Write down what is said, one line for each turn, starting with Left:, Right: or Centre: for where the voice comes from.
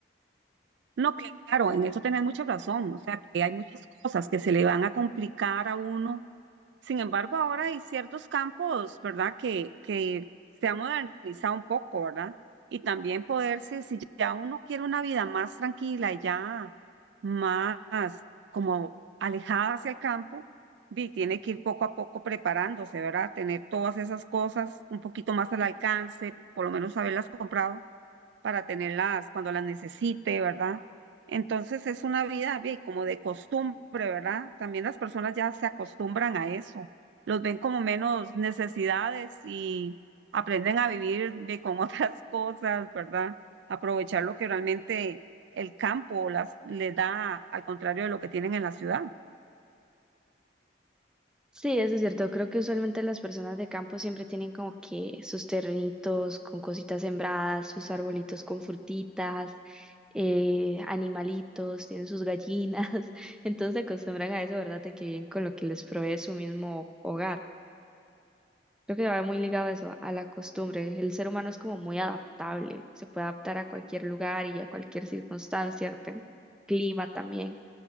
Right: No, claro, en eso tenés mucha razón. O sea, que hay muchas cosas que se le van a complicar a uno. Sin embargo, ahora hay ciertos campos, ¿verdad? Que, que se han modernizado un poco, ¿verdad? Y también poderse, si si ya uno quiere una vida más tranquila, ya más como alejada hacia el campo, vi, tiene que ir poco a poco preparándose, ¿verdad? Tener todas esas cosas un poquito más al alcance, por lo menos haberlas comprado para tenerlas cuando las necesite, ¿verdad? Entonces es una vida bien, como de costumbre, ¿verdad? También las personas ya se acostumbran a eso, los ven como menos necesidades y aprenden a vivir bien, con <laughs> otras cosas, ¿verdad? Aprovechar lo que realmente el campo las, les da, al contrario de lo que tienen en la ciudad.
Centre: Sí, eso es cierto. Creo que usualmente las personas de campo siempre tienen como que sus terrenitos con cositas sembradas, sus arbolitos con frutitas, eh, animalitos, tienen sus gallinas. <laughs> Entonces se acostumbran a eso, ¿verdad? De que viven con lo que les provee su mismo hogar. Creo que va muy ligado a eso, a la costumbre. El ser humano es como muy adaptable, se puede adaptar a cualquier lugar y a cualquier circunstancia, tem- clima también.